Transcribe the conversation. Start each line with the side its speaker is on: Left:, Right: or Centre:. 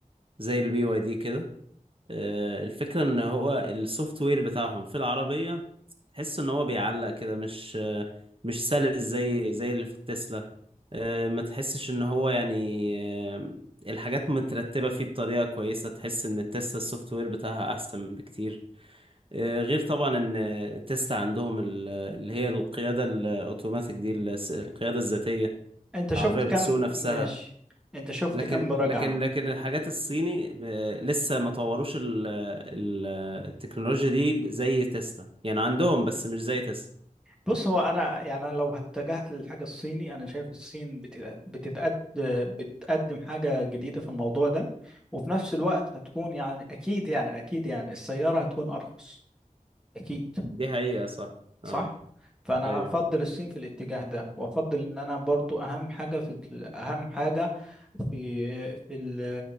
Right: زي البي واي دي كده آه، الفكرة ان هو السوفت وير بتاعهم في العربية تحس ان هو بيعلق كده مش آه، مش سلس زي زي اللي في التسلا آه، ما تحسش ان هو يعني آه، الحاجات مترتبة فيه بطريقة كويسة تحس ان التسلا السوفت وير بتاعها احسن بكتير آه، غير طبعا ان تسلا عندهم ال- اللي هي القيادة الاوتوماتيك دي الس- القيادة الذاتية
Centre: انت شفت
Right: العربية
Centre: كم
Right: بتسوق نفسها
Centre: ماشي انت شفت
Right: لكن
Centre: كم مراجعه
Right: لكن لكن الحاجات الصيني آه، لسه ما طوروش ال- ال- التكنولوجيا دي زي تسلا يعني عندهم بس مش زي تسلا
Centre: بص هو انا يعني انا لو اتجهت للحاجه الصيني انا شايف الصين بت- بتتقد بتقدم حاجه جديده في الموضوع ده وفي نفس الوقت هتكون يعني اكيد يعني اكيد يعني السياره هتكون ارخص اكيد
Right: دي حقيقة صح
Centre: صح
Right: اه
Centre: فانا
Right: ايوه
Centre: افضل الصين في الاتجاه ده وافضل ان انا برضو اهم حاجه في ال- اهم حاجه في في ال